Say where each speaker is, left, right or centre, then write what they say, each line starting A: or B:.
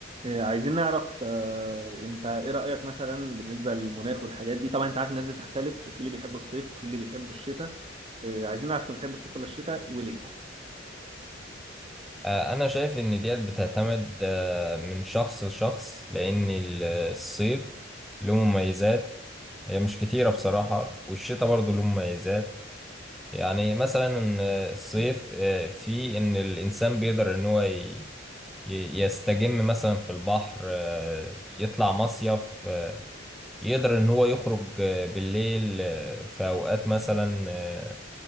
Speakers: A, on the right (about 30°); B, in the centre.
A: إيه، عايزين نعرف آه، انت ايه رأيك مثلا بالنسبة للمناخ والحاجات دي طبعا انت عارف الناس بتختلف في اللي بيحبوا الصيف وفي اللي بيحبوا الشتاء إيه، عايزين نعرف انت بتحب الصيف ولا الشتاء وليه
B: آه، أنا شايف إن ديت بتعتمد آه، من شخص لشخص لأن ال- الصيف له مميزات هي مش كتيرة بصراحة والشتاء برضه له مميزات يعني مثلا آه، الصيف آه، فيه إن الإنسان بيقدر إن هو ي- ي- يستجم مثلا في البحر آه، يطلع مصيف آه، يقدر إن هو يخرج آه، بالليل آه، في أوقات مثلا آه،